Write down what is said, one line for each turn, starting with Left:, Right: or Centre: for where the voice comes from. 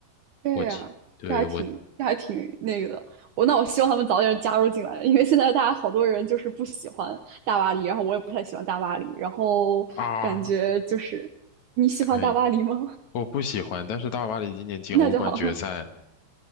Right: 对呀，
Left: 我记对，
Right: 这还挺这还挺那个的。
Left: 我
Right: 我那我希望他们早点加入进来，因为现在大家好多人就是不喜欢大巴黎，然后我也不太喜欢大巴黎，然后感觉就是你喜欢大巴黎吗？
Left: 啊，可以，我不喜欢，但是大巴黎今年进欧冠决赛了。
Right: <laughs> 那就好。<laughs>